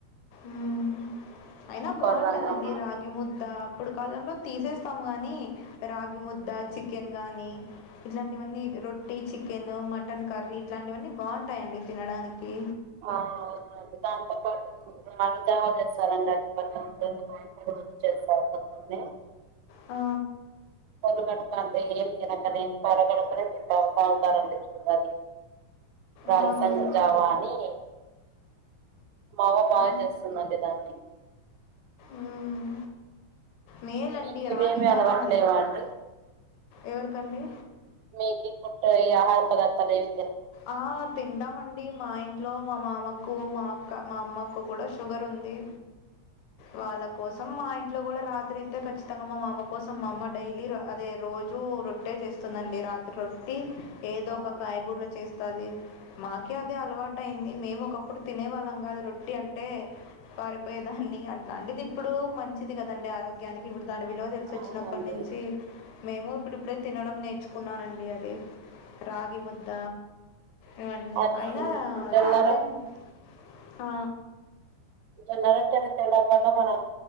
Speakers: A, on the left; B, on the right.
A: ఉమ్ అయినా
B: కొర్రన్నం
A: బాగుంటదండి రాగి ముద్ద అప్పుడు కాలంలో తీసేస్తాము గాని రాగి ముద్ద చికెన్ గాని ఇట్లాంటివన్నీ రొట్టి చికెన్ మటన్ కర్రీ ఇట్లాంటివన్నీ బాగుంటాయండి తినడానికి
B: అవునవును అవునవును దాంతో పాటు మా పద్దవా చేస్తారండి అటు పక్కన రోజు చేస్తారు పొద్దున్నే
A: ఆ
B: పొరగడుపు అంటే ఏం తినకనే పొరగడుపనే తింటాం తాగుతారండి చూడాలి రాగి
A: అవునులే
B: సంగటి జావాని మా అవ్వ బాగా
A: ఆ
B: చేస్తుందండి దాన్ని
A: మ్మ్ మేలండి
B: మీకు ఇవేమి
A: రాగిజావా
B: అలవాట్లేవా అండి
A: ఎవరికండి
B: మీకి ఫుడ్ ఈ ఆహార పదార్థాలు ఇవి
A: ఆ తింటామండి మా ఇంట్లో మా మామకు మా అక్క మా అమ్మకు కూడా షుగర్ ఉంది వాళ్ళ కోసం మా ఇంట్లో కూడా రాత్రి అయితే ఖచ్చితంగా మా మామ కోసం మా అమ్మ డైలీ అదే రోజూ రొట్టే చేస్తుందండి రాత్రి రొట్టీ ఏదో
B: అవును
A: ఒక కాయగూరలు చేస్తుంది మాకే అదే అలవాటయింది మేము ఒకప్పుడు తినే వాళ్ళం కాదు రొట్టి అంటే పారిపోయేదాన్ని అట్లాంటిది ఇప్పుడు మంచిది కదండి ఆరోగ్యానికి ఇప్పుడు దాని విలువ తెలిసోచ్చినప్పుడు
B: అవునండి
A: ప్పటినుంచి మేము ఇప్పుడు ఇప్పుడే తినడం నేర్చుకున్నానండి అది రాగి ముద్ద ఇవన్నీ
B: అది
A: అయినా
B: జొన్న
A: రాగ్ గంజ్ ఆ
B: జొన్నరోట్టే అంటే ఎలా వళ్ళ మనం